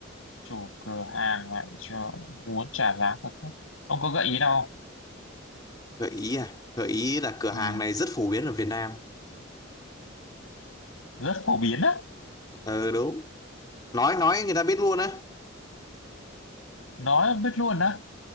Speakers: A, on the left (about 80°); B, on the left (about 20°).
A: chủ cửa hàng lại cho muốn trả giá thật thấp. Ông có gợi ý đâu? không?
B: gợi ý à gợi ý là cửa
A: Ừm,
B: hàng này rất phổ biến ở Việt Nam
A: rất phổ biến á,
B: ờ đúng nói nói người ta biết luôn á
A: nói biết luôn á.